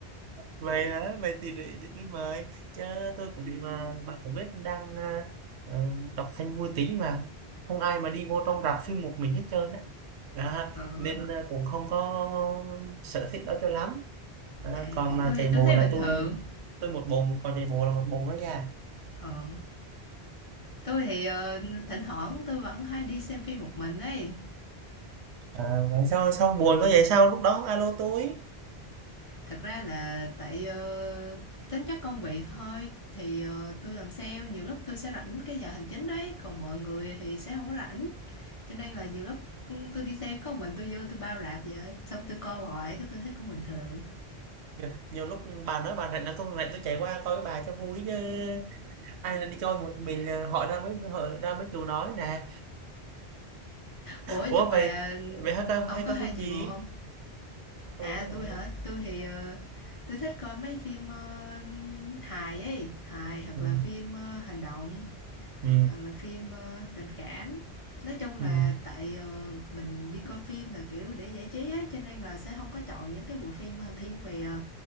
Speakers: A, on the right; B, on the left.
A: vậy hả vậy thì để, để tôi mời chứ tôi cũng mà bạn cũng biết đang à, à, đọc thanh vui tính mà không ai mà đi vô trong rạp phim một mình hết trơn á Đó,
B: ờ
A: nên à, cũng không có sở thích đó cho lắm Đó,
B: à
A: còn mà
B: tôi
A: chạy
B: thì tôi
A: bộ
B: thấy
A: là
B: bình
A: tôi
B: thường
A: tôi một bồn còn chạy bộ là một bồn đó nha
B: ờ tôi thì ờ, thỉnh thoảng tôi vẫn hay đi xem phim một mình ấy
A: à, vậy sao sao buồn
B: ờ
A: có vậy sao lúc đó alo tôi
B: thật ra là tại ờ, tính chất công việc thôi thì ờ, tôi làm sale nhiều lúc tôi sẽ rảnh cái giờ hành chính đấy còn mọi người thì sẽ không có rảnh Cho nên là nhiều lúc, ừ, tôi đi xem có mình tôi vô tôi bao rạp vậy á, xong tôi coi hoài cái tôi thấy cũng bình thường.
A: nhiều, nhiều lúc bà nói bà rảnh là tôi rảnh tôi chạy qua coi với bà cho vui chứ ai là đi coi một mình à, hỏi ra mới họ ra mới chịu nói nè
B: Ủa, nhưng
A: Ủa,
B: mà
A: vậy vậy hả ta
B: ông
A: hay
B: có
A: coi
B: hay
A: phim gì?
B: chạy bộ không?
A: Tối
B: À,
A: à.
B: tôi hả? tôi thì, ờ, tui thích coi mấy phim, ơ, hài ấy, hài hoặc
A: ừ
B: là phim, ơ, hành động,
A: ừ
B: hoặc là phim, ơ, tình cảm. Nói chung là
A: ừm.
B: tại, ờ, mình đi coi phim là, kiểu, để giải trí á, cho nên là sẽ không có chọn những cái bộ phim, ờ, thiên về, ờ,